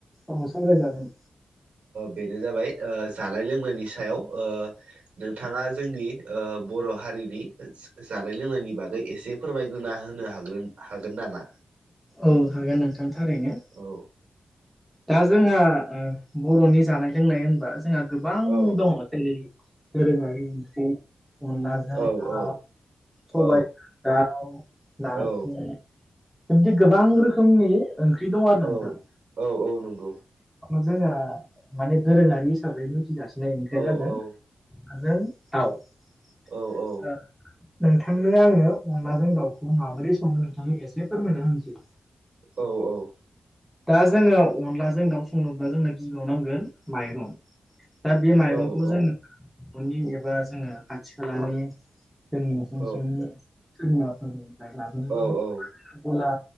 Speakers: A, in the centre; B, on the right (about 80°).
A: औ सावराय जागोन
B: बेनो जाबाय जानाय लोंनायनि सायाव ओ नोंथाङा जोंनि बर' हारिनि जानाय लोंनायनि बागै एसे फोरमायग्रोना होनो ह्रोन हागोन नामा
A: औ हागोन नोंथां थारैनो
B: औ
A: दा जोंहा बर'नि जानाय लोंनाय होनबा जोंहा गोबां
B: औ
A: दङ जेरै दोरोङारि ओंख्रि अनलाजों
B: औ
A: हा
B: औ
A: सबायाइ
B: औ
A: दा नारसि
B: औ
A: बिबदि गोबां रोखोमनि ओंख्रि दं आरो
B: औ
A: ना नोंथां
B: औ औ नंगौ
A: जोङो माने दोरोङारि हिसाबै मिथिजासिनो ओंख्रिया
B: औ
A: जादों
B: औ
A: आरो‌ दाउ
B: औ औ
A: <unintelligible> नोंथांनो आङो अनलाजों दाउखौ माबोरै सङो नोंथांनो एसे फोरमायना होनसै
B: औ औ
A: दा जोङो अनलाजों दाउ संनोब्ला जोंनो गिबियाव नांगोन माइरं दा बे माइरंखौबो
B: औ
A: जोङो
B: औ
A: न'नि एबा जोङो खाथि खालानि जों न'सुं
B: औ
A: सेनि सोरनिबाफोरनिफ्राय लाबोनोबो
B: औ
A: हायो अला